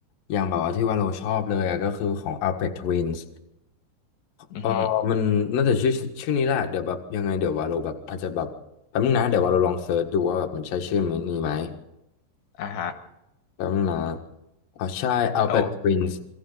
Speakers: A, on the left (about 60°); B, on the left (about 85°).
A: อย่างแบบว่าที่วาโลชอบเลยอะก็คือของ Alpha Twins
B: อือฮึ
A: เออมันน่าจะชื่อชื่อนี้แหละเดี๋ยวแบบยังไงเดี๋ยววาโลแบบอาจจะแบบแป๊บนึงนะเดี๋ยววาโลลองเซิร์ชดูว่าแบบมันใช่ชื่อนี้ไหม
B: อ่าฮะ
A: แป๊บนึงนะอ๋อใช่ Alpha
B: แล้ว
A: Twins